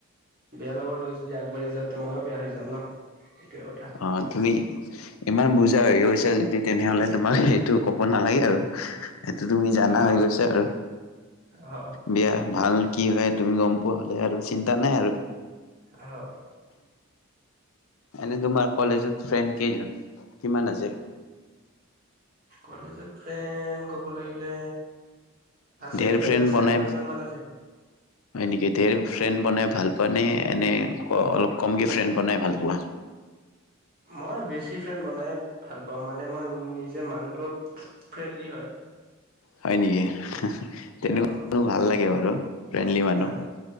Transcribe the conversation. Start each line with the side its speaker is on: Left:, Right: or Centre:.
Right: বেয়া লগৰ লৈ যদি আগবাঢ়ি যাওঁ তে ময়ো বেয়া হৈ যাম ন! সেইটোয়ে কথা।
Left: অ', তুমি ইমান বুজা হৈ গৈছা যদি তেনেহ'লে তোমাক সেইটো ক'ব নালাগে আৰু। সেইটো তুমি জানা
Right: অ',
Left: হৈ গৈছা আৰু,
Right: অ',
Left: বেয়া-ভাল? কি হয় তুমি গম পোৱা হ'লে আৰু চিন্তা নাই আৰু।
Right: অ'।
Left: এনে তোমাৰ কলেজত ফ্ৰেণ্ড কেইজন, কিমান আছে?
Right: কলেজত ফ্ৰেণ্ড ক'ব লাগি লে আছে,
Left: ধেৰ ফ্ৰেণ্ড
Right: চাৰি-পাঁচজন
Left: বনাই
Right: মান আছে।
Left: হয় নেকি? ধেৰ ফ্ৰেণ্ড বনাই ভাল পোৱা নে এনে অলপ কমকে ফ্ৰেণ্ড বনাই ভাল পোৱা?
Right: মই বেছি ফ্ৰেণ্ড বনাই ভাল পাওঁ। মানে মই নিজে মানুহটো ফ্ৰেণ্ডলি হয়।
Left: হয় নেকি? তেনেকুৱা
Right: অ',
Left: মানু <unintelligible> ভাল লাগে বাৰু, ফ্ৰেণ্ডলি মানুহ।
Right: অ',